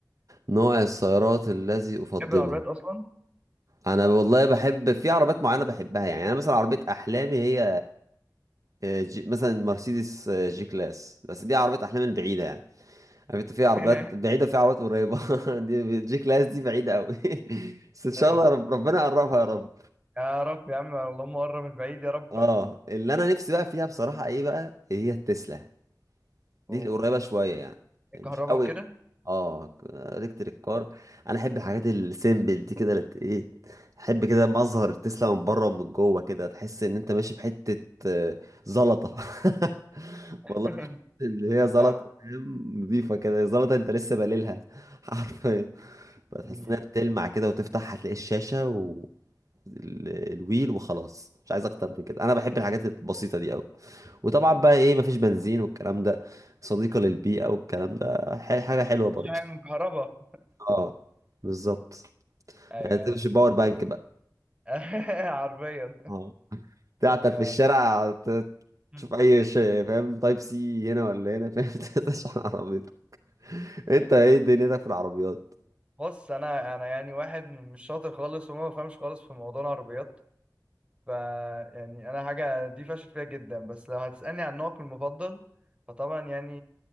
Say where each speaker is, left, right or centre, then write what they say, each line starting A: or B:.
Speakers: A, on the right; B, on the right.
A: نوع السيارات الذي
B: <laughs>
A: أفضله
B: تحب العربيات اصلا
A: انا والله بحب في عربيات معينه بحبها يعني انا مثلا عربيه احلامي هي آه، جي مثلا مرسيدس آه، جي كلاس بس دي عربيه احلامي البعيده يعني عارف انت في عربيات
B: <laughs>
A: بعيده في عربيات قريبه <laughs> دي جي كلاس دي بعيده قوي <laughs> بس ان شاء
B: آه،
A: الله رب ربنا يقربها يا رب
B: يا رب يا عم اللهم قرب من بعيد يا رب
A: اه اللي انا نفسي بقى فيها بصراحه ايه بقى هي التسلا دي
B: اوه
A: القريبة شوية يعني يعني
B: الكهرباء
A: مش قوي
B: وكده
A: اه الكتريك كار انا احب الحاجات السيمبل دي كده لت- ايه احب كده مظهر تسلا من بره ومن جوه كده تحس ان انت ماشي بحتة آه، زلطة <laughs>
B: <laughs>
A: والله تحس ان هي زلطة
B: فاهمك
A: فاهم نضيفة كده زلطة انت لسه بليلها <laughs> حرفيا بتحس
B: مم.
A: انها بتلمع كده وتفتح هتلاقي الشاشة و ال- الويل وخلاص مش عايز اكتر من كده انا بحب الحاجات البسيطة دي قوي وطبعا
B: مم.
A: بقى ايه مفيش بنزين والكلام ده صديقة للبيئة والكلام ده ح- حاجة حلوة برضه
B: شايل من كهرباء
A: اه بالظبط
B: ايوه
A: يعني تمشي باور بانك بقى
B: <laughs> حرفيا
A: اه تعطل
B: آه،
A: في الشارع ت-
B: مم.
A: تشوف اي شيء فاهم تايب سي هنا ولا هنا فاهم <laughs> تشحن عربيتك انت ايه دنيتك في العربيات
B: بص انا انا يعني واحد مش شاطر خالص وما بفهمش خالص في موضوع العربيات ف يعني انا حاجه دي فاشل فيها جدا بس لو هتسالني عن نوعك المفضل فطبعا يعني